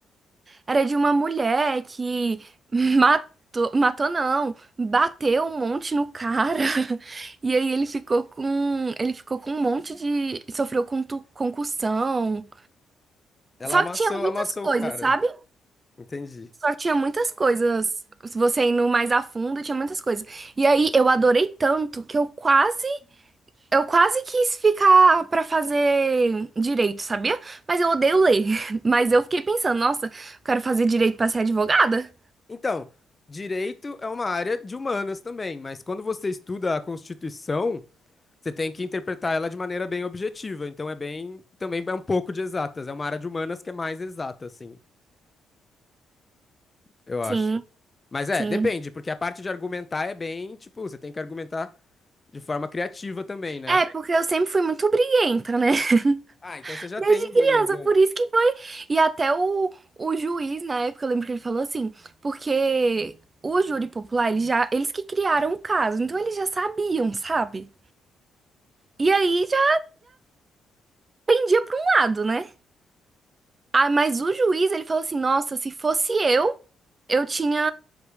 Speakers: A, on the right (about 30°); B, on the left (about 25°).
A: Era de uma mulher que <laughs> matou, matou não, bateu um monte no cara. <laughs> E aí ele ficou com, ele ficou com um monte de, sofreu com concussão.
B: Ela
A: Só
B: amassou,
A: que tinha muitas
B: amassou
A: coisas,
B: o cara.
A: sabe?
B: Entendi.
A: Só que tinha muitas coisas. Você indo mais a fundo, tinha muitas coisas. E aí eu adorei tanto que eu quase, eu quase quis ficar pra fazer direito, sabia? Mas eu odeio ler. <laughs> Mas eu fiquei pensando, nossa, eu quero fazer direito pra ser advogada.
B: Então, direito é uma área de humanas também, mas quando você estuda a Constituição, você tem que interpretar ela de maneira bem objetiva. Então é bem, também é um pouco de exatas. É uma área de humanas que é mais exata, assim, eu acho.
A: Sim,
B: Mas é,
A: Sim.
B: depende, porque a parte de argumentar é bem, tipo, você tem que argumentar de forma criativa também, né?
A: É, porque eu sempre fui muito briguenta, né?
B: Ah, então
A: <laughs>
B: você já
A: Desde
B: tem
A: criança,
B: um bom.
A: por isso que foi. E até o, o juiz, na época, eu lembro que ele falou assim, porque o júri popular, eles já, eles que criaram o caso, então eles já sabiam, sabe? E aí já pendia pra um lado, né? Ah, mas o juiz, ele falou assim, nossa, se fosse eu, eu tinha,